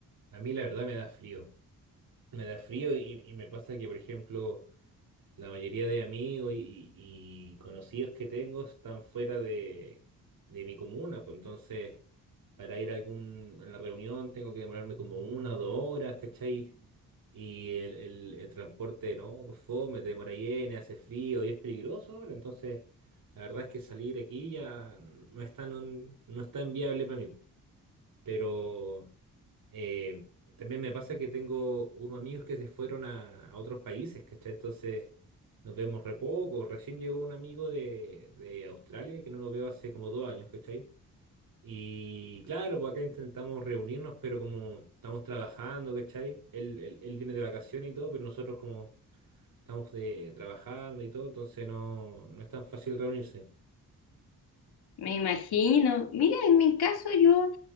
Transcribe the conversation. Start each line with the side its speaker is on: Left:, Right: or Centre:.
Right: A mí la verdad me da frío. Me da frío y, y me pasa que, por ejemplo, La mayoría de amigos y, y conocidos que tengo están fuera de, de mi comuna, pues entonces para ir a algún, a la reunión tengo que demorarme como una o dos horas, ¿cachai? Y el, el, el transporte, no, pues fome, te demora llena, hace frío y es peligroso ahora, entonces la verdad es que salir aquí ya no es tan, no es tan viable para mí. Pero eh, también me pasa que tengo unos amigos que se fueron a, a otros países, ¿cachai? Entonces nos vemos re poco. Recién llegó un amigo de, de Australia que no lo veo hace como dos años, ¿cachai? Y claro, pues acá intentamos reunirnos, pero como estamos trabajando, ¿cachai? Él, él, él viene de vacaciones y todo, pero nosotros como estamos de, trabajando y todo, entonces no, no es tan fácil reunirse.
Left: Me imagino. Mira, en mi caso yo